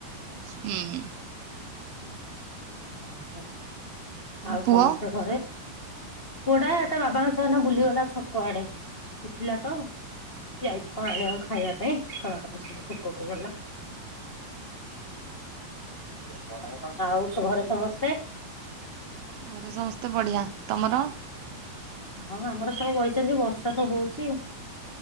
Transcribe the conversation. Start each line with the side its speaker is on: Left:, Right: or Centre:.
Right: ହୁଁ।
Left: ଓହ ଆଉ
Right: ପୁଅ
Left: ସମସ୍ତେ ଘରେ? ପୁଅଟା ତା ବାବାଙ୍କ ସହ ଏଈନା ବୁଲିଗଲା ଛକ ଆଡେ, ଉଠିଲା ତ। ଯାଇଛି କଣ ଆଣିବା ଖାଇବା ପାଇଁସ ପୋକକୁ ଗଲା ବଡ ବେପାର ତ ହୋଉଛି ଆଉ ଘରେ ସମସ୍ତେ
Right: ଘରେ ସମସ୍ତେ ବଢିଆ। ତମର?
Left: ହଁ ଆମର ସବୁ ବଇଛନ୍ତି ବର୍ଷା ତ ହଉଛି।